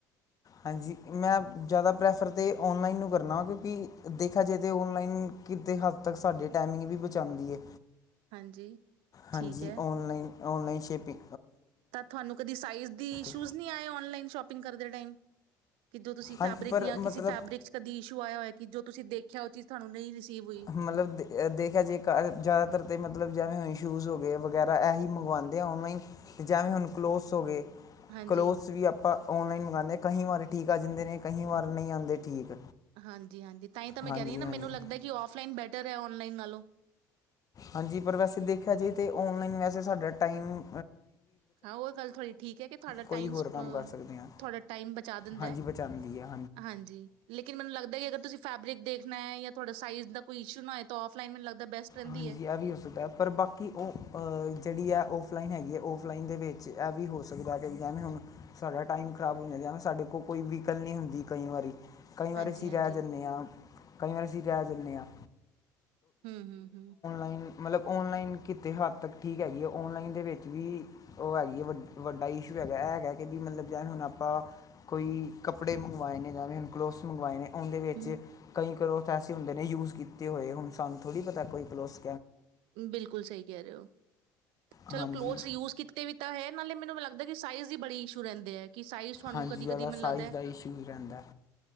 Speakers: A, on the left; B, on the right.
A: ਹਾਂਜੀ ਮੈਂ ਜ਼ਿਆਦਾ ਪ੍ਰੈਫਰ ਤਾਂ ਔਨਲਾਈਨ ਨੂੰ ਕਰਨਾ ਵ ਕਿਉਂਕਿ ਦੇਖਿਆ ਜਾਵੇ ਤਾਂ ਔਨਲਾਈਨ ਕਿਤੇ ਹੱਦ ਤੱਕ ਸਾਡੇ ਟਾਈਮਿੰਗ ਵੀ ਬਚਾਉਂਦੀ ਹੈ
B: ਹਾਂਜੀ
A: ਹਾਂਜੀ
B: ਠੀਕ ਹੈ
A: ਅਲਾਈਨ ਅਲਾਈਨ ਛਿੇਪੀ
B: ਤਾਂ ਤੁਹਾਨੂੰ ਕਦੀ ਸਾਈਜ਼ ਦੀ ਇਸ਼ੂਜ਼
A: ਤਾਂ
B: ਨਹੀਂ ਆਏ ਕਦੇ ਔਨਲਾਈਨ ਸ਼ੋਪਿੰਗ ਸ਼ੌਪਿੰਗ ਕਰਦੇ ਟਾਈਮ ਕਿੱਦੋਂ ਤੁਸੀਂ
A: ਹਾਂਜੀ
B: ਫੈਬਰਿਕ
A: ਪਰ
B: ਜਾਂ
A: ਮਤਲਬ
B: ਕਿਸੇ ਫੈਬਰਿਕ ਚ ਕਦੀ ਇਸ਼ੂ ਆਇਆ ਹੋਇਆ ਕਿ ਜੋ ਤੁਸੀਂ ਦੇਖਿਆ ਉਹ ਚੀਜ਼ ਤੁਹਾਨੂੰ ਨਹੀਂ ਰਿਸੀਵ ਹੋਈ
A: ਮਤਲਬ ਦੇ ਦੇਖਿਆ ਜੇ ਜ਼ਿਆਦਾਤਰ ਤੇ ਮਤਲ ਮਤਲਬ ਜਿਵੇਂ ਹੁਣ ਸ਼ੂਜ਼ ਹੋ ਗਏ ਵਗੈਰਾ ਇ ਹੀ ਮੰਗਵਾਉਂਦੇ ਔਨਲਾਈਨ ਅਤੇ ਜਿਵੇਂ ਹੁਣ ਕਲੋਥਸ ਹੋ ਗਏ
B: ਹਾਂਜੀ
A: ਕਲੋਥਸ ਵੀ ਆਪਾਂ ਔਨਲਾਈਨ ਮੰਗਉਂਦੇਾਂ ਕਈ ਵਾਰੇ ਠੀਕ ਆ ਜਿੰਦੇ ਨੇ ਕਈ ਵਾਰ ਨਹੀਂ ਆਂਦੇ ਠੀਕ
B: ਹਾਂਜੀ ਹਾਂਜੀ ਤਾਂ ਹੀ ਤਾਂ ਮੈਂ
A: ਹਾਂਜੀ
B: ਕਹਿ ਰਹੀ ਹਾਂ ਨਾ
A: ਹਾਂਜੀ
B: ਮੈਨੂੰ ਲੱਗਦਾ ਕਿ ਆਫਲਾਈਨ ਬੈਠ ਬੇਟਰ ਹੈ ਔਨਲਾਈਨ ਨਾਲੋਂ
A: ਹਾਂਜੀ ਪਰ ਵੈਸੇ ਦੇਖਿਆ ਜੇ ਤੇ ਆਉਣਲਾਈਨ ਵੈਸੇ ਸਾਡਾ ਟਮ
B: ਹਾਂ ਉਹ ਗੱਲ ਤੁਹਾਡਾ ਠੀਕ ਹੈ ਕਿ ਤੁਹਾਡਾ
A: ਕੋਈ
B: ਟਾਈਮ
A: ਹੋਰ
B: ਤੁਹਾਡਾ
A: ਕੰਮ ਕਰ ਸਕਦੇ ਹਾਂ
B: ਟਾਈਮ ਬਚਾ ਦਿੰਦਾ
A: ਹਾਂਜੀ ਬਚਾਉਂਦੀ ਹੈ
B: ਹਾਂਜੀ ਲੇਕਿਨ ਮੈਨੂੰ ਲੱਗਦਾ ਕਿ ਅਗਰ ਤੁਸੀਂ ਫੈਬਰਿਕ ਦੇਖਣਾ ਹੈ ਜਾਂ ਤੁਹਾਡਾ ਸਾਈਜ਼ ਦਾ ਕੋ ਇਸ਼ੂ ਨਾ ਹੈ ਔਫਲਾਈਨੈਂ ਲਗਦਾ ਬਸਟ ਰਹਿੰਦੀ
A: ਹਾਂਜੀ ਇਹ ਵੀ ਹੋ ਸਕਦਾ ਹੈ ਪਰ ਬਾਕੀ ਉਹ ਅਹ ਜਿਹੜੀ ਹੈ ਉਹ ਔਫਲਾਈਨ ਹੈਗੀ ਹੈ ਔਫਲਾਈਨ ਦੇ ਵਿੱਚ ਇਹ ਵੀ ਹੋ ਸਕਦਾ ਕਿ ਵੀ ਜਿਵੇਂ ਹੁਣ ਸਾਡਾ ਟਾਈਮ ਖਰਾਬ ਹੋ ਜਾਂਦਾ ਐਵੇਂ ਸਾਡੇ ਕੋਲ ਕੋਈ ਵੀਹੀਕਲ ਨਹੀਂ ਹੁੰਦੀ ਕਈ ਵਾਰੀ ਕਈ ਵਾਰ
B: ਹਾਂਜੀ-ਹਾਂਜੀ,
A: ਅਸੀਂ ਰਹਿ ਜਾਂਦੇ ਹਾਂ ਕਈ ਵਾਰ ਅਸੀਂ ਰਹਿ ਜਾਂਦੇ ਹਾਂ
B: ਹਮ ਹਮ ਹਮ
A: ਔਲਾਈਨ ਮਤਲਬ ਔਨਲਾਈਨ ਕਿਤੇ ਹੱਦ ਤੱਕ ਠੀਕ ਹੈਗੀ ਹੈ ਔਨਲਾਈਨ ਦੇ ਵਿੱਚ ਵੀ ਉਹ ਹੈਗੀ ਹੈ ਵੱ ਵੱਡਾ ਇਸ਼ੂ ਹੈਗਾ ਇਹ ਹੈਗਾ ਕਿ ਵੀ ਮਤਲਬ ਜਿਵੇਂ ਹੁਣ ਆਪਾਂ ਕੋਈ ਕੱਪੜੇ ਮੰਗਵਾਏ ਨੇ ਜਵੇਂ ਹੁਣ ਕਲੋਥਸ ਮੰਗਵਾਏ ਨੇ ਉਹਦੇ ਵਿੱਚ
B: ਹੂੰ ਹੂੰ
A: ਕਈ ਕਰੋ ਐਸੇ ਹੁੰਦੇ ਨੇ ਯੂਜ ਕੀਤੇ ਹੋਏ ਹੁਣ ਸਾਨੂੰ ਥੋੜ੍ਹੀ ਪਤਾ ਕੋਈ ਪਲਸ
B: ਬਿਲਕੁਲ ਸਹੀ ਕਹਿ ਰਹੇ ਹੋ ਚਲੋ
A: ਹਾਂਜੀ
B: ਕਲੋਜ ਯੂਜ ਕੀਤੇ ਵੀ ਤਾਂ ਹੈ ਨਾਲੇ ਮੈਨੂੰ ਲੱਗਦਾ ਕਿ ਸਾਈਜ਼ ਦੀ ਬੜੀ ਇਸ਼ੂ ਰਹਿੰਦੇ ਹੈ ਕਿ ਸਾਈਜ਼ ਤੁਹਾਨੂੰ
A: ਹਾਂਜੀ
B: ਕਦੀ
A: ਜ਼ਿਆਦਾ
B: ਕਦੀ ਮੈਨੂੰ
A: ਸਾਈਜ਼
B: ਲਗਦਾ
A: ਦਾ ਇਸ਼ੂ ਹੀ ਰਹਿੰਦਾ